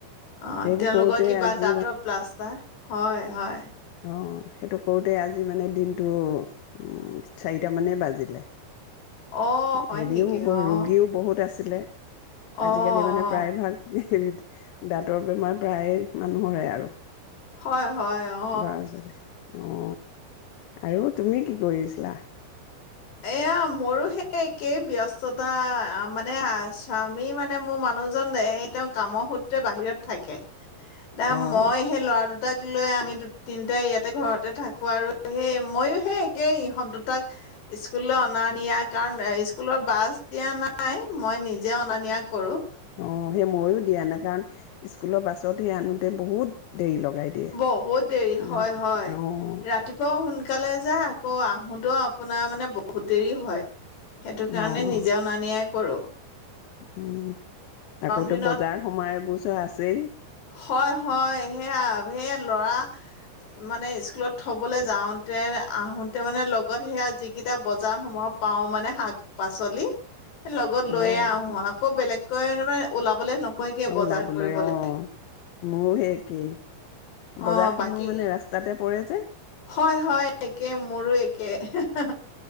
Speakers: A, on the left; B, on the left.
A: অ'
B: সেইবোৰ
A: তেওঁলোকৰ
B: কৰোতে
A: কিবা
B: আজি
A: দাঁতৰ প্লাষ্টাৰ। হয় হয়।
B: অঁ, সেইটো কৰোঁতে আজি মানে দিনটো চাৰিটামানেই বাজিলে।
A: অ', হয়
B: হেৰিও
A: নেকি? অ',
B: ৰোগীও বহুত আছ ছিলে।
A: অ', অ',
B: আজিকালি মানে প্ৰায় ভাগ হেৰিত দাঁতৰ বেমাৰ প্ৰায় মানুহৰে আৰু।
A: হয়, হয় অ।
B: ল'ৰা ছোৱালী অ আৰু তুমি কি কৰিছিলা?
A: এয়া মোৰো সেই একেই ব্যস্ততা মানে স্বামী মানে মোৰ মানুহজন এই তেওঁ কামৰ সূত্ৰে বাহিৰত থাকে। না
B: অ',
A: মই সেই লৰা দুটাক লৈ আমি দু তিনটাই ইয়াতে ঘৰতে থাকো আৰু সেই মইয়ো সেই একে ইহঁত দুটাক স্কুললৈ অনা নিয়া কাৰণ স্কুলৰ বাছ দিয়া নাই মই নিজে অনা নিয়া কৰো।
B: অ সেই ময়ো দিয়া নাই কাৰণ স্কুলৰ বাছত সেই আনোতে বহুত দেৰি লগাই দিয়ে।
A: বহুত দেৰি
B: ইমান
A: হয় হয়
B: অ',
A: ৰাতিপুৱাও সোন কালে যা আকৌ আহোতেও আপোনাৰ মানে বহুত দেৰি হয়। সেইটো কাৰণে
B: অ',
A: নিজে অনা-নিয়াই কৰোঁ
B: উম, আকৌতো
A: দিনত
B: বজাৰ সোমাই বো পচা আছেই <inaudible>
A: হয় হয় সেয়া সে ল'ৰা মানে স্কুলত থবলৈ যাওঁতে আহোতে মানে লগত সেয়া যিকেইটা বজাৰ সমহত পাও মানে শাক- পাচলি। লগত
B: অ',
A: লৈয়ে আহো আকৌ বেলেগ কৈ মে ওলাবলে ন মই কিয় বজাৰ
B: ওলাবলৈ
A: কৰিব লাগ
B: অ মোৰো সে একেই
A: অ',
B: বজাৰখনো
A: বাকী
B: মানে ৰাস্তাতে পৰে। যে
A: হয় হয় একে মোৰো একে অ